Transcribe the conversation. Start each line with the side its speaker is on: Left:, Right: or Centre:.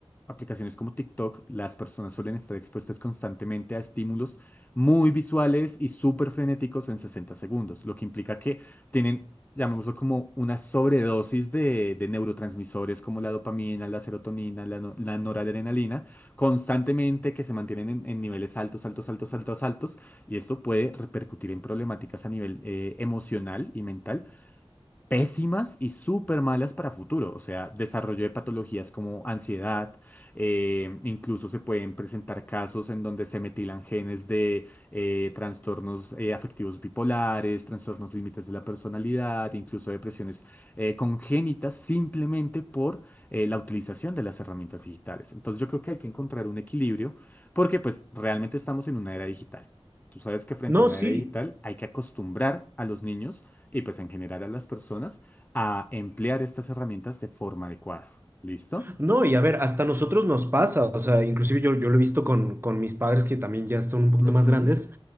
Left: aplicaciones como TikTok, las personas suelen estar expuestas constantemente a estímulos muy visuales y súper frenéticos en 60 segundos, lo que implica que tienen, llamémoslo como una sobredosis de, de neurotransmisores como la dopamina, la serotonina, la, no- la noradrenalina, constantemente que se mantienen en en niveles altos, altos, altos, altos, altos. Y esto puede repercutir en problemáticas a nivel eh, emocional y mental pésimas y súper malas para futuro. O sea, desarrollo de patologías como ansiedad, eh, incluso se pueden presentar casos en donde se metilan genes de eh, trastornos eh, afectivos bipolares, trastornos límites de la personalidad, incluso depresiones eh, congénitas simplemente por eh, la utilización de las herramientas digitales. Entonces yo creo que hay que encontrar un equilibrio porque pues realmente estamos en una era digital. Tú sabes que frente
Right: No,
Left: a una
Right: sí.
Left: era digital hay que acostumbrar a los niños y pues en general a las personas a emplear estas herramientas de forma adecuada. ¿Listo?
Right: No, y a ver, hasta nosotros nos pasa, o sea, inclusive yo, yo lo he visto con, con mis padres que también ya son un poquito
Left: Ujú,
Right: más grandes,